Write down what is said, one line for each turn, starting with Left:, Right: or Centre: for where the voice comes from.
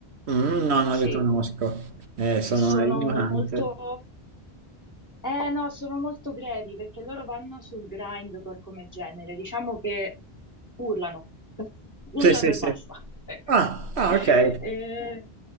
Right: Mm, no, non
Left: sì.
Right: li conosco. Eh, sono
Left: Sono
Right: ignorante.
Left: molto... Eh no, sono molto brevi perché loro vanno sul grindcore come genere, diciamo che urlano, <laughs> urlano
Right: Sì, sì,
Left: e
Right: sì.
Left: basta. Ecco.
Right: Ah, ah,
Left: Eh,
Right: ok,